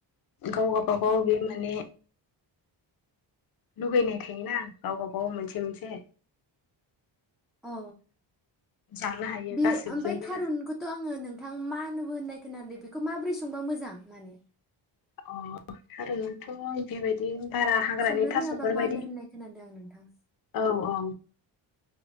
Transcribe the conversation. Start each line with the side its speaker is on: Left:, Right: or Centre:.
Left: गाव गाबा गाव
Centre: औ
Left: बे माने लुगैनाय थायोना गाव बा गाव मोनसे मोनसे।
Centre: औ
Left: जानो हायो
Centre: बे
Left: गासिबजोंबो
Centre: ओमफ्राय थारुनखौथ'
Left: जा
Centre: आङो नोंथां मानोबो होननाय खोनादों बेखौ माबोरै संबा मोजां माने।
Left: अ थारुनाथ' बेबायदि भारा हाग्रानि
Centre: संनो
Left: थास'फोरबायायदि
Centre: रोङाबा मानो होननाय खोनादों आं नोंथां
Left: औ औ।